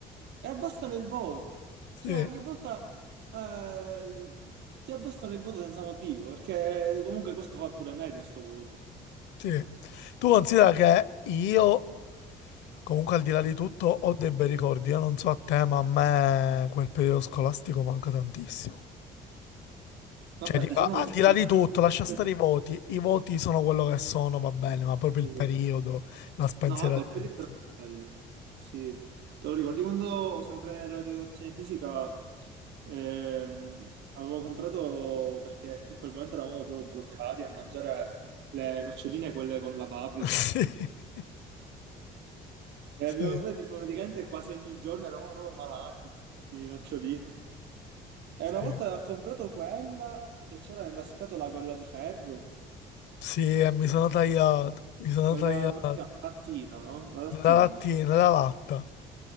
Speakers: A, on the right (about 75°); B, on the left (about 75°).
A: e abbassano il voto.
B: Sì,
A: Cioè, ogni volta eh, ti abbassano il voto senza motivo, perché comunque questo fa pure media sto voto.
B: sì. Tu considera che io Comunque, al di là di tutto, ho dei bei ricordi. Io non so a te, ma a me quel periodo scolastico manca tantissimo.
A: Vabbè,
B: Cioè, dico,
A: diciamo
B: al
A: che
B: di
A: sono...
B: là di tutto, lascia stare
A: <laughs>
B: i voti. I voti sono quello che sono, va bene, ma proprio
A: Sì.
B: il periodo, la spensieratezza.
A: No, vabbè, il periodo era bello. Sì, te lo ricordi quando sempre la educazione fisica ehm, avevo comprato perché in quel momento eravamo proprio bloccati a mangiare le noccioline, quelle con la paprika.
B: <laughs>
A: E
B: Sì,
A: le abbiamo
B: sì,
A: comprate tipo, praticamente quasi ogni giorno, eravamo proprio malati di noccioline. E
B: sì.
A: una volta ho comprato quella che c'era nella scatola, quella di ferro,
B: Sì, e mi sono tagliato. Mi sono
A: quella,
B: tagliato.
A: come si chiama? Lattina, no? La lattina.
B: Nella lattina, nella latta.